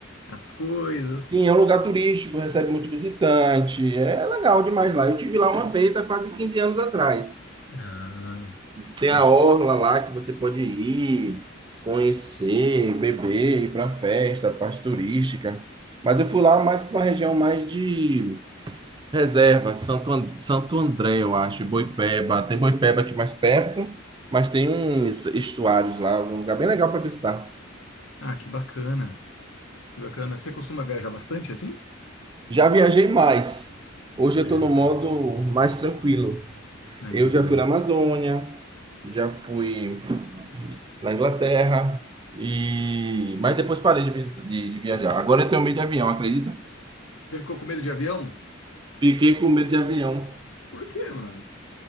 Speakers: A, on the left (about 85°); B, on the right (about 25°).
A: as coisas.
B: Sim, é um lugar turístico, recebe muito visitante. É legal demais lá. Eu tive lá uma vez há quase 15 anos atrás.
A: Ah,
B: Tem
A: Bac-
B: a orla lá que você pode ir, conhecer, beber, ir para festa, parte turística. Mas eu fui lá mais para uma região mais de Reserva, Santo, An- Santo André, eu acho, e Boipeba. Tem Boipeba aqui mais perto, mas tem uns estuários lá, um lugar bem legal para visitar.
A: Ah, que bacana. Que bacana. Você costuma viajar bastante assim?
B: Já viajei mais. Hoje eu
A: é.
B: estou no modo mais tranquilo.
A: Mas
B: Eu
A: de boa.
B: já fui na Amazônia, já fui na Inglaterra, e mas depois parei de, visita- de, de viajar. Agora eu tenho medo de avião, acredita?
A: Você ficou com medo de avião?
B: Fiquei com medo de avião.
A: Por quê, mano?